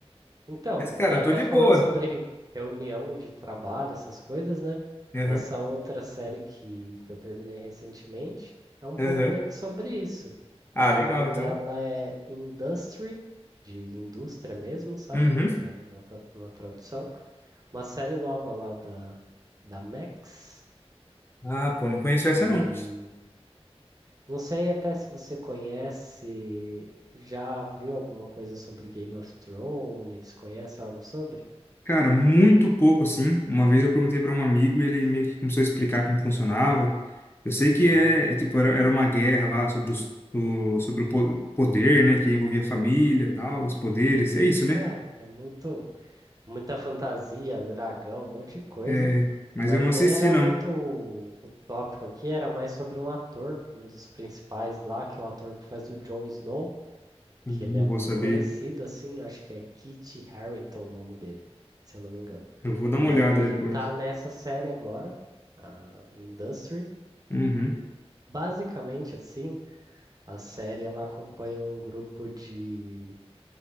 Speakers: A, on the right (about 35°); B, on the left (about 20°).
A: Então,
B: Mas, cara,
A: é até
B: eu tô de
A: falando
B: boa.
A: sobre reunião de trabalho, essas coisas, né?
B: Aham,
A: Essa outra série que, que eu terminei recentemente é um
B: aham.
A: pouco meio que sobre isso.
B: Ah, legal,
A: O nome
B: então.
A: dela é Industry, de indústria mesmo, sabe?
B: Uhum.
A: Na, na, tra- na tradução. Uma série nova lá da, da Max.
B: Ah, pô, não conheço
A: E
B: essa, não.
A: não sei até se você conhece, já viu alguma coisa sobre Game of Thrones, conhece algo sobre?
B: Cara, muito pouco assim. Uma vez eu perguntei para um amigo e ele meio que começou a explicar como funcionava. Eu sei que
A: Aham.
B: é, é tipo era, era uma guerra lá sobre os, o, sobre o po- poder, né, que envolvia a família, e tal, os poderes.
A: Uhum,
B: É isso, né?
A: É, é muito, muita fantasia, dragão, um monte de coisa.
B: É, mas
A: Mas
B: eu não assisti
A: nem era
B: não.
A: muito o o tópico aqui, era mais sobre um ator, um dos principais lá, que é o ator que faz o Jon Snow,
B: Eu
A: que
B: Não
A: ele é muito
B: vou saber.
A: conhecido, assim, acho que é Kit Harington o nome dele, se eu não me engano.
B: Eu vou dar uma
A: E
B: olhada
A: aí ele
B: depois.
A: tá nessa série agora, a Industry.
B: Uhum.
A: Basicamente, assim, a série ela acompanha um grupo de